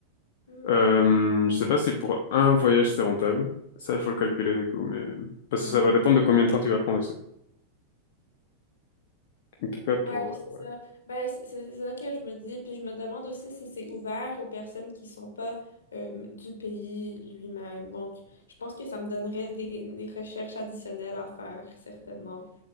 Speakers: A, on the left (about 70°); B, on the left (about 50°).
A: Mhm.
B: Euh, je sais pas si pour un voyage c'est rentable. Ça, il faut le calculer du coup, mais parce
A: Ouais.
B: que ça va dépendre de combien de temps tu vas prendre aussi. En tout cas pour.
A: Ouais,
B: euh,
A: c'est ça. Ben, c'est c'est ça que je me dis. Puis je me demande aussi si c'est ouvert aux personnes qui sont pas euh, du pays lui-même. Donc, je pense que ça me donnerait des, des recherches additionnelles à faire, certainement.